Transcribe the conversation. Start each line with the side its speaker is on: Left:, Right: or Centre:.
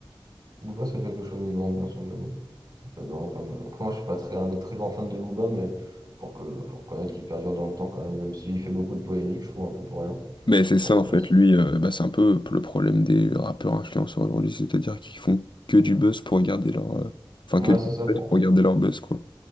Right: Booba, ça a quelque chose niveau ambiance, ouais, j'avoue. Ça peut être vraiment pas mal. Après, moi, je suis pas très, un très grand fan de Booba, mais faut, que, faut reconnaître qu'il perdure dans le temps quand même, même s'il fait beaucoup de polémiques, je trouve, un peu pour rien.
Left: Mais c'est
Right: Après,
Left: ça,
Right: ça
Left: en fait,
Right: va.
Left: lui, euh, bah, c'est un peu le problème des rappeurs influenceurs aujourd'hui, c'est-à-dire qu'ils font que du buzz pour garder leur... euh, Enfin,
Right: Ouais,
Left: que du
Right: c'est ça, pour...
Left: buzz pour garder leur buzz, quoi.